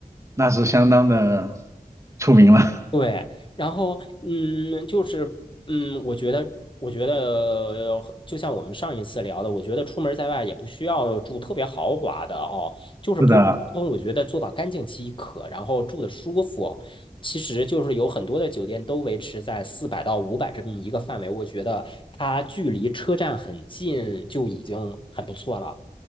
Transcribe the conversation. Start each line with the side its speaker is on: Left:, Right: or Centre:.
Right: 那是相当的出名了。<laughs>
Left: 对，然后嗯，就是嗯，我觉得，我觉得呃就像我们上一次聊的，我觉得出门在外也不需要住特别豪华的哦，就是普普通通，
Right: 是的，
Left: 我觉得做到干净即可，然后住的舒服。其实就是有很多的酒店都维持在四百到五百这么一个范围，我觉得它距离车站很近就已经很不错了。